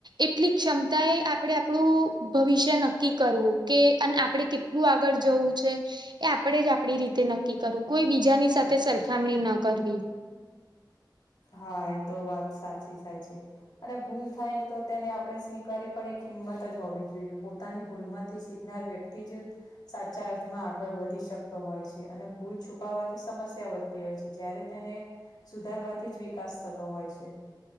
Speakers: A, on the right; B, on the left.
A: એટલી ક્ષમતા એ આપણે આપણું ભવિષ્ય નક્કી કરવું કે અને આપડે કેટલું આગળ જવું છે. એ આપણે જ આપડી રીતે નક્કી કરવું કોઈ બીજાની સાથે સરખામણી ન કરવી.
B: હા એ તો વાત સાચી થાય છે. અને ભૂલ થાય ને તો તેને આપણે સ્વીકારી પણ એક હિંમત જ હોવી જોઈએ. પોતાની ભૂલ માંથી શિખનાર વ્યક્તિ તી જ સાચા અર્થમાં આગળ વધી શકતો હોય છે અને ભૂલ છુપાવાથી સમસ્યા વધતી હોય છે. જયારે તેને સુધારવાથી જ વિકાસ થતો હોય છે.